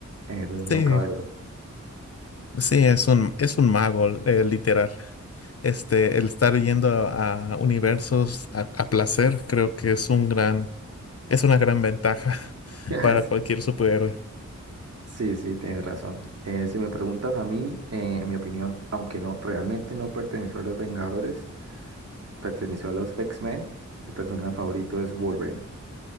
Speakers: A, on the right; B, on the left.
A: Eh, no
B: Sí,
A: cabe duda.
B: sí, es un, es un mago, eh, literal. Este, el estar yendo a, a universos a, a placer, creo que es un gran, es una gran ventaja <laughs>
A: <laughs>
B: para cualquier superhéroe.
A: Sí, sí, tienes razón. Eh, si me preguntas a mí, eh, en mi opinión, aunque no realmente no perteneció a los Vengadores, perteneció a los X-Men. Mi personaje favorito es Wolverine.